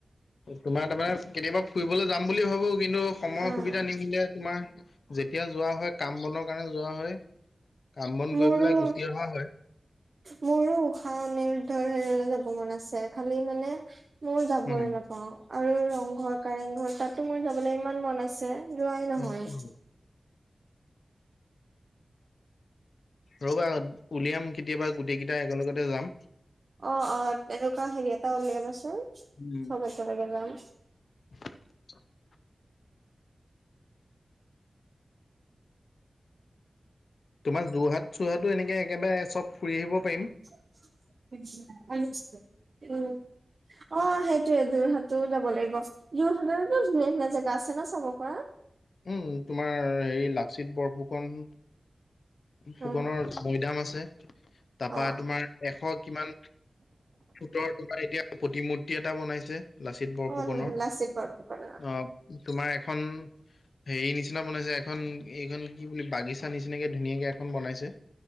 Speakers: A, on the left; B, on the right.
A: তোমাৰ তাৰমানে কেতিয়াবা ফুৰিবলৈ যাম বুলি ভাবো কিন্তু সময়ৰ
B: অ',
A: সুবিধা নিমিলে তোমাৰ যেতিয়া যোৱা হয় কাম বনৰ কাৰণে যোৱা হয় কাম বন
B: মোৰো
A: কৰি পেলাই গুচি অহা হয়
B: মোৰো উষাহ অনিৰুদ্ধৰ হেৰিলৈ যাব মন আছে খালি মানে ময় যাবই
A: উম,
B: নাপাও আৰু ৰংঘৰ কাৰেংঘৰ তাতো মোৰ যাবলৈ ইমান মন আছে যোৱাই নহয়
A: উম, উম। ৰবা উলিয়াম কেতিয়াবা গোটেই কেইটা একেলগতে যাম
B: অ অ এনেকুৱা হেৰি এটা উলিয়াবাচোন
A: উম।
B: চব একেলগে যাম
A: <inaudible> তোমাৰ যোৰহাট চোৰহাটো এনেকৈ একেবাৰে চব ফুৰি আহিব পাৰিম
B: উ উ অ সেইটোয়ে টো যোৰহাটো যাব লাগিব যোৰহাটৰতো ধুনীয়া ধুনীয়া জেগা আছে ন চাব পৰা
A: উম তোমাৰ হেৰি লাচিত বৰফুকন ফুকনৰ
B: অ',
A: মৈদাম আছে তাপা
B: অ',
A: তোমাৰ এশ কিমান ফুটৰ তোমাৰ এতিয়া প্ৰতিমূৰ্তি এটা বনাইছে লাচিত বৰফুকনৰ
B: অ', লাচিত বৰফুকনৰ
A: অ তোমাৰ এখন হেৰি নিচিনা বনাইছে এখন এইখন কি বুলি বাগিচা নিচিনাকে ধুনীয়াকৈ এখন বনাইছে